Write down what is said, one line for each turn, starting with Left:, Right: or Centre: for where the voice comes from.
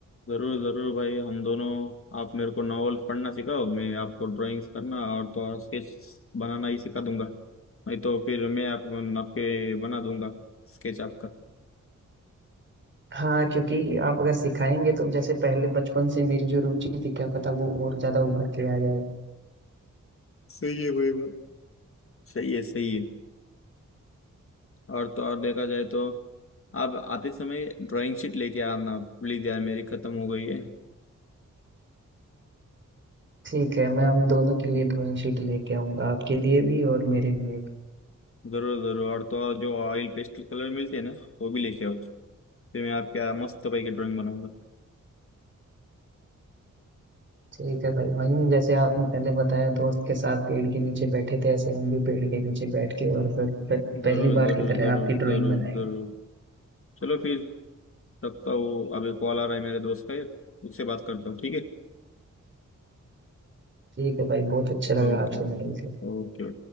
Left: जरूर जरूर भाई हम दोनों आप मेरे को नॉवेल्स पढ़ना सिखाओ मैं आपको ड्राइंग्स करना और तो और स्केच बनाना ही सिखा दूंगा नहीं तो फिर मैं आप, आपके बना दूंगा स्केच आपका
Right: हाँ क्योंकि आप अगर सिखाएंगे तो जैसे पहले बचपन से मेरी जो रुचि थी क्या पता वो और ज्यादा उभर के आ जाए
Left: सही है वही बात सही है सही है और तो और देखा जाए तो आप आते समय ड्राइंग शीट लेके आना प्लीज यार मेरी खत्म हो गई है
Right: ठीक है मैं हम दोनों के लिए ड्राइंग शीट लेके आऊंगा आपके लिए भी और मेरे लिए भी
Left: जरूर जरूर और तो और जो ऑयल पेस्टल कलर मिलते हैं ना वो भी लेके आओ फिर मैं आपके यहाँ मस्त भाई की ड्राइंग बनाऊंगा
Right: ठीक है भाई वहीं जैसे आपने पहले बताया दोस्त के साथ पेड़ के नीचे बैठे थे ऐसे हम भी पेड़ के नीचे बैठ के और फिर प- पहली
Left: जरूर
Right: बार
Left: जरूर
Right: की तरह
Left: जरूर
Right: आपकी ड्राइंग
Left: जरूर
Right: बनाएंगे
Left: जरूर चलो फिर रखता हूँ अभी कॉल आ रहा है मेरे दोस्त का एक उससे बात करता हूँ ठीक है
Right: ठीक है भाई बहुत अच्छा लगा
Left: ओके
Right: आपसे मिलकर
Left: ओके